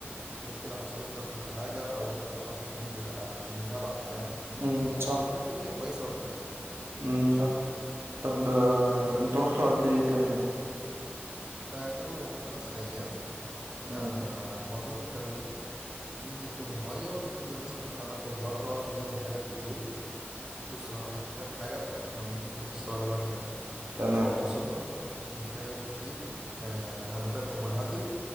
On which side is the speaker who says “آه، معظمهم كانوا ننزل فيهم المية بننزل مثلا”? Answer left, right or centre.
Right